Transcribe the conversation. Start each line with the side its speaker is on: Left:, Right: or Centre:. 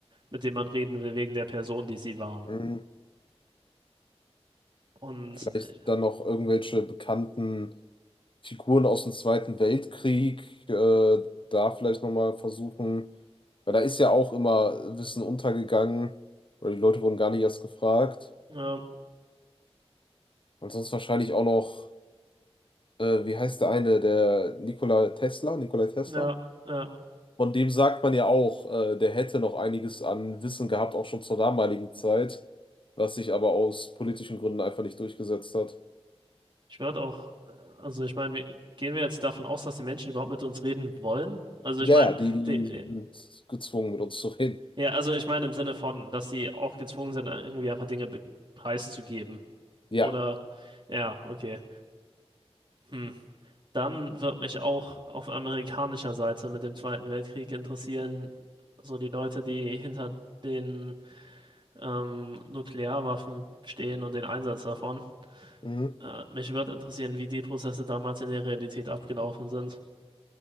Right: mit denen man reden will, wegen der Person, die sie waren.
Left: Mhm.
Right: Und
Left: Vielleicht
Right: äh,
Left: dann noch irgendwelche bekannten Figuren aus dem Zweiten Weltkrieg, äh, da vielleicht nochmal versuchen, weil da ist ja auch immer Wissen untergegangen oder die Leute wurden gar nicht erst gefragt.
Right: ja,
Left: Und sonst wahrscheinlich auch noch, äh, wie heißt der eine, der Nikola Tesla, Nikola Tesla?
Right: ja, ja.
Left: Von dem sagt man ja auch, äh, der hätte noch einiges an Wissen gehabt, auch schon zur damaligen Zeit, was sich aber aus politischen Gründen einfach nicht durchgesetzt hat.
Right: Ich würde auch, äh, also ich meine, wir- gehen wir jetzt davon aus, dass die Menschen überhaupt mit uns reden wollen? Also
Left: Ja,
Right: ich meine,
Left: ja, die, die
Right: die-
Left: sind gezwungen, mit uns zu reden.
Right: ja, also ich meine im Sinne von, dass sie auch gezwungen sind, irgendwie einfach Dinge be- preiszugeben.
Left: Ja.
Right: Oder, ja, okay. Hm. Dann wird mich auch auf amerikanischer Seite mit dem Zweiten Weltkrieg interessieren, so die Leute, die hinter den ähm, Nuklearwaffen stehen und den Einsatz davon.
Left: Mhm.
Right: Äh, mich würde interessieren, wie die Prozesse damals in der Realität abgelaufen sind,